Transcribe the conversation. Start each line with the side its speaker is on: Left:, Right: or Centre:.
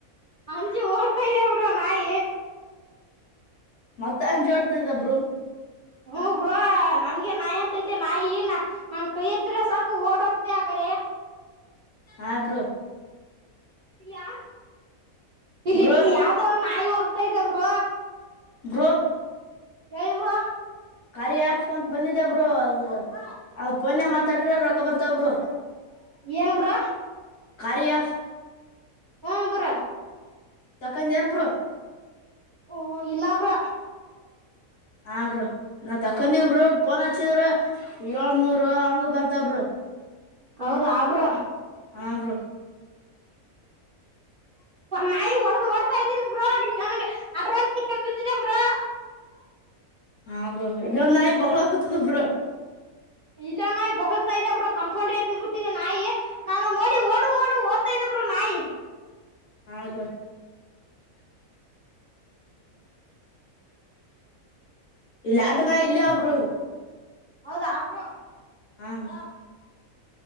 Right: ಅಂಜಿ ಓಡ್ತಾ ಇದ್ದೇವ್ರ ನಾಯಿ
Left: ಮತ್ತ ಅಂಜೋಡ್ತದಬ್ರು
Right: ಹ್ಮ ಬ್ರೋ ನನ್ಗೆ ನಾಯಿ ಅಂತೈತೆ ನಾಯ ಏನ ನಮ ಕೈಯತ್ ಸಾಕು ಓಡೋಗ್ತೆ ಆ ಕೈ
Left: ಹ ಬ್ರೋ
Right: ಇ ಯ ಇಲ್ಲಿ
Left: ಬ್ರೋ
Right: ಯಾವ್ದ ಒ ನಾಯಿ ಹೋಗ್ತಾ ಇದವೇ ಬ್ರೋ
Left: ಬ್ರೊಂ
Right: ಹೇಳಿವ್ರ ಬ್ರೋ
Left: ಕಾರಾರಿ ಹಾಫ ಅಂತ ಬಂದಿದಬ್ರು ಅ ಅ ಪೊನ್ ಮಾತಾಡಿರ ರೊಕ್ಕ ಬರ್ತಬ್ರು
Right: ಏನ್ ಬ್ರೋ
Left: ಕಾರ್ಯ ಆಫ್
Right: ಹ್ಮ ಬುರ
Left: ತಕ ನಬರೋ
Right: ಓ ಇಲ್ಲಬ್ರ
Left: ಹಾ ಬ್ರರು ನಾವು ತಕೊಂಡೀವ ಬರು ಪೋನ್ ಹಚ್ಚಿದ್ರ ಏಳ್ನೂರು ಹಂಗ ಬರ್ತಬ್ರು
Right: ಹೌದಾ ಬ್ರೋ
Left: ಹ ಬ್ರರು <inaudible> <inaudible>
Right: ನಾಯಿ ಹೊಡೆದ ಹೊಡ್ತಾ ಇದ್ದೀನಿ ಬ ನನ್ಗ ಅ್ರ ಚಿಕ್ಕನ್ ಬಿದ್ದಿದ್ದ ಬ್ರ <unintelligible>
Left: ಹಾ ಬ್ರ ಇಲ್ಲೊಂದ ನಾಯಿ ಬಳ ಕುೂತದ ಬ್ರ
Right: ಇಲ್ಲ ನಾಯಿ ಬೋಗತಾ ಇದದೆರ ಕಂಪೌಂಡ್ರ ಎ ಬಿಟ್ಟಿದೆ ನಾಯಿ ನಾನ ನೋಡಿ ಓಡು ಡು ಓತಾ ಇದ ನಾಯಿ
Left: ಹಾಗಗ್ರ <inaudible> <inaudible> ಇಲ್ಲಾಡು ನ ಇಲ್ಲ ಒಬ್ರು
Right: ಹೌದಾ ಆಬ್ರು
Left: ಹಾ